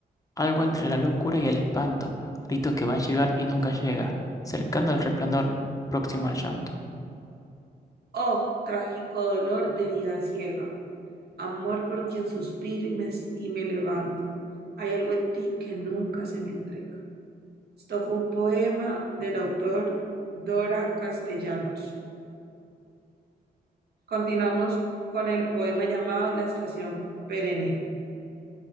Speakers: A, on the left; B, on the right.
A: Algo entre la locura y el espanto, grito que va a llegar y nunca llega, cercano al resplandor, próximo al llanto.
B: Oh, trágico dolor de herida ciega, amor por quien suspiro y me, y me levanto. Hay algo en ti que nunca se me entrega. Esto fue un poema del autor Dora Castellanos. Continuamos con el poema llamado La Estación Perenne.